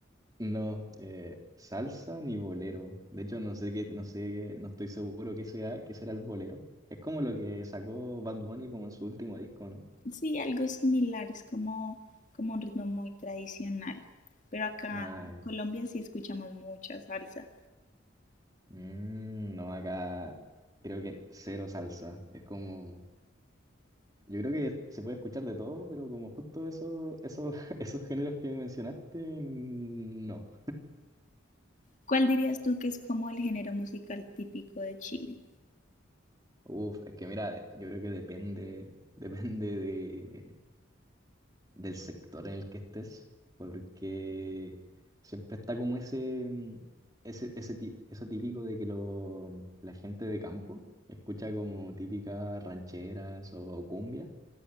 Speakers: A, on the right; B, on the left.
A: no, eh, salsa ni bolero. De hecho, no sé qué, no sé, no estoy seguro qué sea, qué será el bolero. Es como lo que sacó Bad Bunny como en su último disco, ¿no?
B: Sí, algo similar, es como, como un ritmo muy tradicional, pero acá
A: Ah,
B: en
A: ya.
B: Colombia sí escuchamos mucha salsa.
A: Mm, no, acá creo que cero salsa. Es como Yo creo que se puede escuchar de todo, pero como justo eso, esos <laughs> esos géneros que mencionaste, mm, no.
B: ¿Cuál dirías tú que es como el género musical típico de Chile?
A: Uf, es que mira, de- yo creo que depende, <laughs> depende de, del sector en el que estés, porque siempre está como ese, mm, ese, ese ti- eso típico de que lo, la gente de campo escucha como típicas rancheras o cumbia,